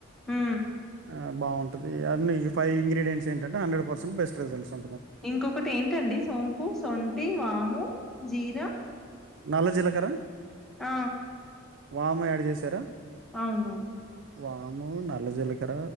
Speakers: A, in the centre; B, on the right.
A: ఉ
B: ఆ బాగుంటు అన్ని ఫైవ్ ఇంగ్రీడియంట్స్ ఏంటంటే హండ్రెడ్ పర్సెట్ బెస్ట్ రిజల్ట్స్ ఉ
A: ఇంకొకటి ఏంటండి సోంపు సొంటి వాము జీరా
B: నల్ల జీలకర్ర
A: ఆ
B: వాము యాడ్ చేశారా
A: అవును
B: వాము నల్ల జీలకర